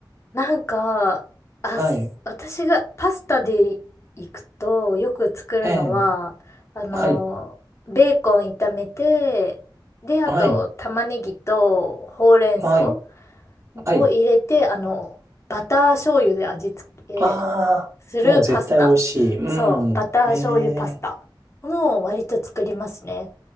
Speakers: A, on the left; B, on the right.
A: なんか、あ、
B: はい。
A: す私がパスタで行くとよく作るのは、
B: ええ
A: あの、
B: はい。
A: ベーコン炒めて、で、あと玉ねぎとほうれん草
B: はい。はい。はい。
A: を入れて、あの、バター醤油で味付け
B: ああ、
A: するパスタ。
B: もう絶対美味しい。うん。
A: そう、バター醤油パスタ。
B: ええ
A: もう割と作りますね。